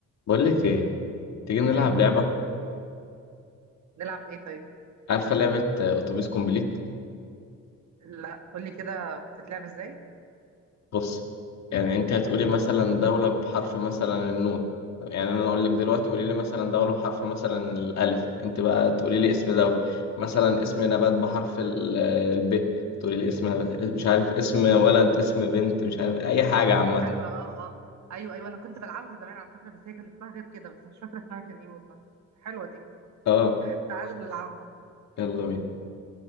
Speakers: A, on the left (about 60°); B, on the right (about 65°).
A: بقول لك ايه تيجي نلعب
B: ايه
A: لعبة
B: نلعب ايه طيب
A: عارفة لعبة آه، اتوبيس كومبليت
B: لا قول لي كده بتتلعب ازاي
A: بص يعني انت هتقولي مثلا دولة بحرف مثلا النون يعني انا اقول لك دلوقتي قولي لي مثلا دولة بحرف مثلا الالف انت بقى تقولي لي اسم دولة مثلا اسم نبات بحرف الب تقولي لي اسم مش عارف اسم ولد اسم بنت مش عارف اي حاجة عامة
B: حلوه اه اه ايوه ايوه انا كنت بلعبها زمان على فكره بس هي كان اسمها غير كده بس مش فاكره اسمها كان ايه والله حلوه دي
A: اه
B: تعالى نلعبها
A: يلا بينا